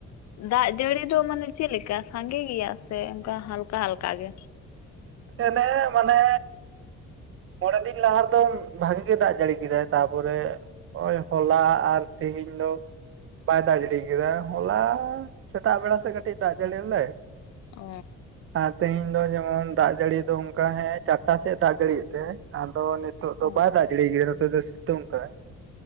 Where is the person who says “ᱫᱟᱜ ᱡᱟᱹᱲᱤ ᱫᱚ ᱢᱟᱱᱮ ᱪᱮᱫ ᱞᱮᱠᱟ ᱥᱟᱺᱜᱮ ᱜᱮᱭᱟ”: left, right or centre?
Left